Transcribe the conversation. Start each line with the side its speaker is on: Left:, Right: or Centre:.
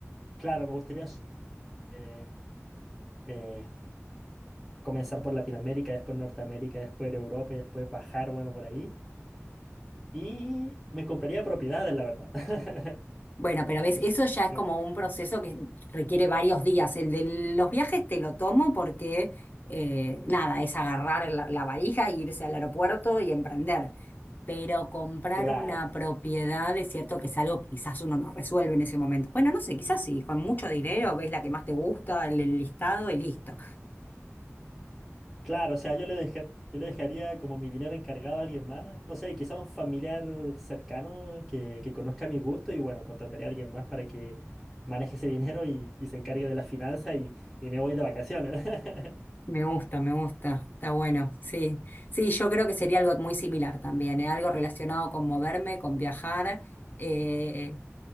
Centre: claro, me gustaría eh, eh, comenzar por Latinoamérica, después Norteamérica, después Europa y después bajar, bueno, por ahí. Y me compraría propiedades, la verdad.
Left: Bueno,
Centre: <laughs>
Left: pero ves, eso ya es
Centre: Eh,
Left: como un proceso que requiere varios días. El de los viajes te lo tomo porque, eh, nada, es agarrar la, la valija, e irse al aeropuerto y emprender. Pero comprar
Centre: Claro.
Left: una propiedad es cierto que es algo que quizás uno no resuelve en ese momento. Bueno, no sé, quizás sí, con mucho dinero ves la que más te gusta, el el listado y listo.
Centre: Claro, o sea, yo le dejé, yo le dejaría como mi dinero encargado a alguien más, no sé, quizá un familiar cercano que, que conozca mi gusto y bueno, contrataría a alguien más para que maneje ese dinero y, y se encargue de la finanza y, y me voy de vacaciones. <laughs>
Left: Me gusta, me gusta, está bueno, sí. Sí, yo creo que sería algo muy similar también, ¿eh? Algo relacionado con moverme, con viajar. eh,